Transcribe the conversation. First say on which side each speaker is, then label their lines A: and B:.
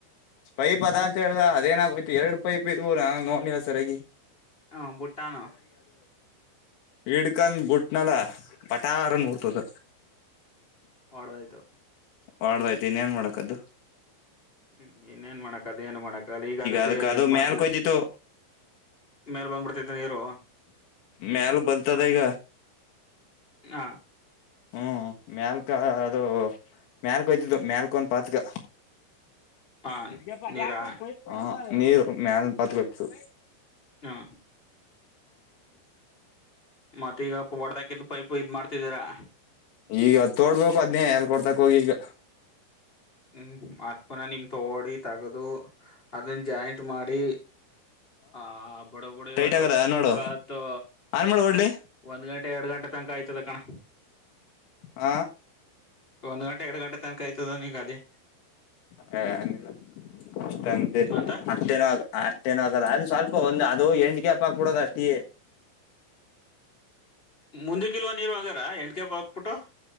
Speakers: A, on the left; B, on the left.
A: ಪೈಪ್ ಅದ ಅಂತ ಹೇಳ್ದ ಅದೇನ ಆಾಗೋಯ್ತು ಎರಡು ಪೈಪ್ ಇದ್ ನಾ ನೋಡ್ಲಿಲ್ಲ ಸರಿಯಾಗಿ
B: ಹಾ ಭೂಟಾನ
A: ಹಡ್ಕಂದ ಬುಟ್ನಲ್ಲ ಪಟಾರ ನೋಡ್ತದ
B: ಒಡದಾಯ್ತು
A: ಮಾಡ್ದಾಯ್ತತಿ ಇನ್ ಏನ್ ಮಾಡಕದ್ದು
B: ಹ್ಮ್ ಇನ್ೇನ್ ಮಾಡಕ ಅದ ಏನ್ ಮಾಡಕ ಈಗ ಅದಕ್ಕೆ
A: ಅದಕ್ ಅದು
B: ಇದ್ ಮಾಡ್ತ
A: ಮ್ಯಾಲ್ಕ್ ಹೋಯ್ತಿತ್ತು
B: ಮೇಲ್ ಬಂದ್ಬಿಡ್ತ ನೀರು
A: ಮ್ಯಾಲ್ ಬರ್ತದ ಈಗ
B: ಹಾ
A: ಹ್ಮ್ ಮ್ಯಲ್ಕ ಅದು ಮ್ಯಲ್ಕಯ್ತಿದ್ದು ಮ್ಯಲ್ಕ ಒಂದ್ ಪಾತ್ಕ
B: ಹ
A: ತಿರ್ಗಪ್ಪ ಅ
B: ನೀರಾ
A: ಯಾಕ್ಬಡ್ತ ನೀರು ಮ್ಯಾಲ ಬತ್ಕು
B: ಹಾ ಮತ್ತ ಈಗ ಹೊಡದಾಕಿದ್ದು ಪೈಪ್ ಇದ್ ಮಾಡ್ತಿದ್ದಾರಾ
A: ಈಗ ತೋಡ್ಬೇಕು ಅದ್ನೇ ಕೊಡ್ತಾಕ್ ಹೋಗಿ ಈಗ
B: ಹ್ಮ್ ಮತ್ಕುನ ನಿಮ್ ತಗಡಿ ತಗದು ಅದನ್ನ ಜಾಯಿಂಟ್ ಮಾಡಿ ಹ ಬಡ ಬಡ
A: ಟೈಟ್
B: ಇವತ್ತು
A: ಆಗದ ನೋಡು
B: ಇವತ್ತು
A: ಆನ್ ಮಾಡು ಹೊಡ್ಲಿ
B: ಒಂದ್ ಗಂಟೆ ಎರಡು ಗಂಟೆ ತನಕ ಆಯ್ತದ ಕಣ
A: ಹ
B: ಒಂದ್ ಗಂಟೆ ಎರಡು ಗಂಟೆ ತನಕ ಆಯ್ತದ ನೀಗ ಅದೇ
A: ಹ ಅ ಅಷ್ಟ
B: ಅಂತ
A: ಅಷ್ಟೇನೋ ಆ ಅಷ್ಟೇನ ಆಗಲ್ಲ ಅ ಸ್ವಲ್ಪ ಒಂದ ಅದು ಎಂಡ್ಗ್ಯ ಹಪ್ಪ ಹಾಕ್ಬ ಬಿಡೋದು ಅಷ್ಟೇ
B: ಮುಂದ ಕಿಲವ ನೀರು ಹಗಾರ ಎಂಟ್ಟಗ್ಯಪ ಹಾಕ್ಬಿಟ್ಟು